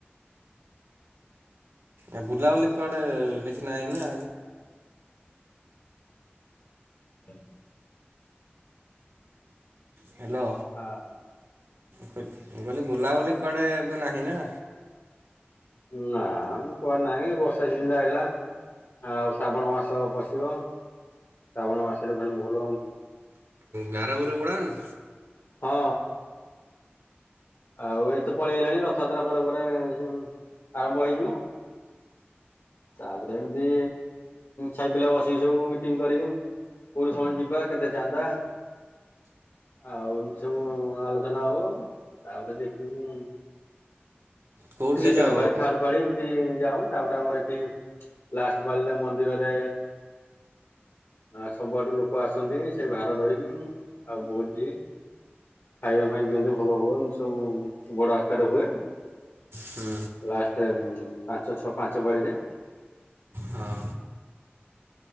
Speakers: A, on the right; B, on the left.
A: ଆଉ ବୁଲା ବୁଲି କୁଆଡେ କିଛି ନାଇ ନା।
B: ହ <inaudible>
A: ହ୍ୟାଲୋ
B: ହ୍ୟାଲୋ
A: ଖୋ ମୁଁ କଲି ବୁଲାବୁଲି କୁଆଡ଼େ ଏବେ ନାହିଁ ନା
B: ନା ବେ ଏ କୁଆ ନାହିଁ ବର୍ଷା ସିଯିନି ଟା ଆଇଲା। ଆଉ ଶାବଣ ମାସ ପଶିବ ଶାବଣ ମାସରେ ଭୋଲବମ
A: ଗାରାବରି ପଡ଼ାଅନି?
B: ହଁ। ଆଉ ଏତେ ପଳେଇ ଆଇଲାଣି ରଥଯାତ୍ରା ପରେ ପରେ ଯୋ ଆରମ୍ଭ ହେଇଯିବ। ତାପରେ ଏମତି ସାଇ ପିଲା ବସିକି ସବୁ ମିଟିଂ କରିକି କୋଉଠି କଣ ଯିିବା କେତେ ଚାନ୍ଦା ଆଉ ଏମିତି ସବୁ ଆଲୋଚନା ହବ ତାପରେ ଦେଖିବୁ
A: କୋଉଠିକି
B: ସେକେଣ୍ଡେ
A: ଯାଅ
B: ପାଳି ଥାଡେ ପାଳି ଏମତି ଯାଉଁ ତାପରେ ଆମର ଏଠି ଲାଷ୍ଟ ପାଳଲେ ମନ୍ଦିରରେ ଆ ସବୁଆଡୁ ଲୋକ ଆସନ୍ତି ସେ ଭାର ଧରିକିଁ ଆଉ ଭୋଉତିଇଏ ଖାଇବା ପାଇଁ ଦିଅନ୍ତିୁ ଭୋଗ ଫୋଗ ଏମିତି ସବୁ ବଡ ଆକାରେ ହୁଏ।
A: ହୁଁ
B: ଲାଷ୍ଟେ ଉଁ ପାଞ୍ଚ ଛଅ ପାଞ୍ଚ ପାଳି ରେ
A: ହଁ।